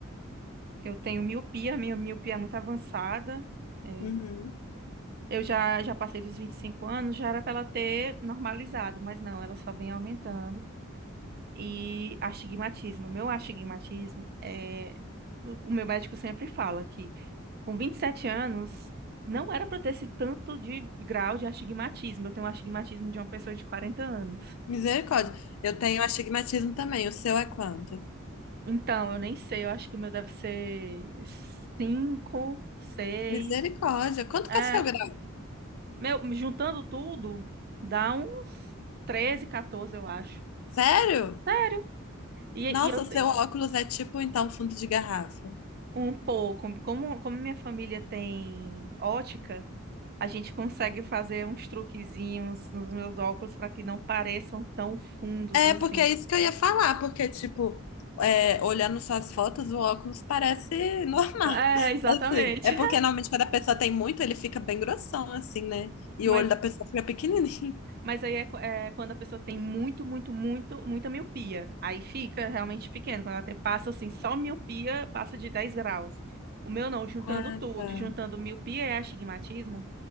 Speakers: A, on the right (about 50°); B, on the left (about 85°).
A: eu tenho miopia, minha miopia é muito avançada. É,
B: Uhum.
A: Eu já, já passei dos 25 anos, já era para ela ter normalizado, mas não, ela só vem aumentando. E astigmatismo, meu astigmatismo é. O o meu médico sempre fala que com 27 anos não era para ter esse tanto de grau de astigmatismo. Eu tenho um astigmatismo de uma pessoa de quarenta anos.
B: Misericórdia. Eu tenho astigmatismo também. O seu é quanto?
A: Então, eu nem sei, eu acho que o meu deve ser 5, 6.
B: Misericórdia. Quanto
A: É,
B: que é seu grau?
A: meu, juntando tudo, dá uns 13, 14, eu acho.
B: Sério?
A: Sério? E,
B: Nossa,
A: e eu te-
B: o seu óculos é tipo, então, fundo de garrafa.
A: um pouco, como, como minha família tem ótica, a gente consegue fazer uns truquezinhos nos meus óculos para que não pareçam tão fundos
B: É,
A: assim.
B: porque é isso que eu ia falar, porque, tipo, é, olhando suas fotos, o óculos parece normal.
A: É,
B: <laughs>
A: exatamente.
B: Assim, é porque normalmente quando a pessoa tem muito, ele fica bem grossão, assim, né? E
A: <laughs> Mas,
B: o olho da pessoa fica pequenininho. <laughs>
A: mas aí é, qu- é quando a pessoa tem muito, muito, muito, muita miopia. Aí fica realmente pequeno. Quando ela tem- passa assim, só miopia, passa de 10 graus. O meu não, juntando
B: Ah,
A: tudo,
B: tá.
A: juntando miopia e astigmatismo,